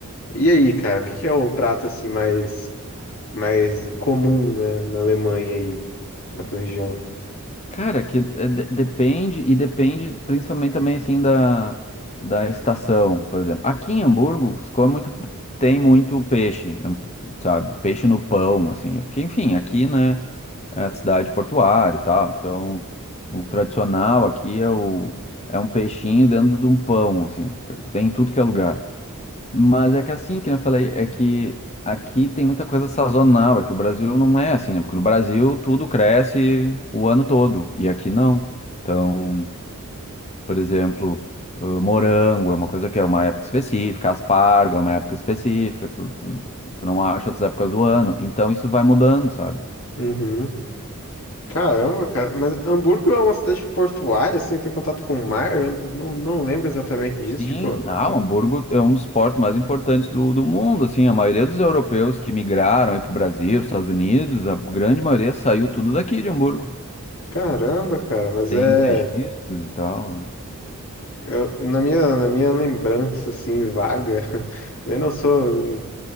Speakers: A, on the left (about 65°); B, on the left (about 30°).
A: E aí, cara, o que que é o prato, assim, mais, mais comum, né, na Alemanha aí, na tua região?
B: Cara, que é, de- depende, e depende principalmente também, assim, da, da estação, por exemplo. Aqui em Hamburgo, se come muito, tem muito peixe, hum, sabe? Peixe no pão, assim. Porque, enfim, aqui, né? é a cidade portuária e tal. Então, o tradicional aqui é o é um peixinho dentro de um pão, assim, que tem em tudo que é lugar. Mas é que assim, que eu falei, é que aqui tem muita coisa sazonal, é que o Brasil não é assim, né? Porque no Brasil tudo cresce o ano todo e aqui não. Então, por exemplo, ãh, morango é uma coisa que é uma época específica, aspargo é uma época específica, tu, tu, tu não acha outras épocas do ano. Então isso vai mudando, sabe?
A: Uhum. Caramba, cara, mas Hamburgo é uma cidade portuária, assim, tem contato com o mar? Eu não, não lembro exatamente disso,
B: Sim,
A: tipo,
B: ah, o Hamburgo é um dos portos mais importantes do, do mundo, assim, a maioria dos europeus que migraram aí para o Brasil, os Estados Unidos, a grande maioria saiu tudo daqui de Hamburgo.
A: caramba, cara, mas
B: Tem
A: é.
B: os registros e tal. é.
A: eu- na minha, na minha lembrança, assim, vaga, <laughs> também não sou um